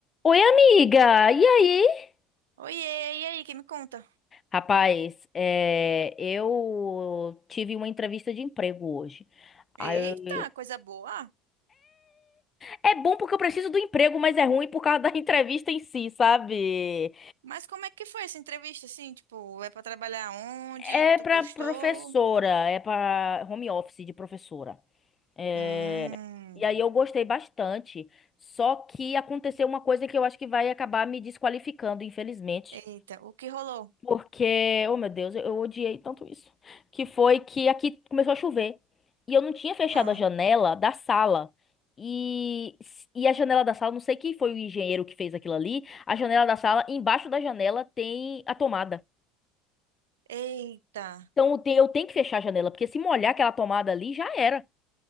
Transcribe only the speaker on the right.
Oiê, e aí, quem me conta?
Eita,
coisa boa. Ah,
Mas como é que foi essa entrevista, assim? Tipo, é pra trabalhar onde?
Tu
gostou?
Hum.
Eita, o que rolou?
Hum.
Eita.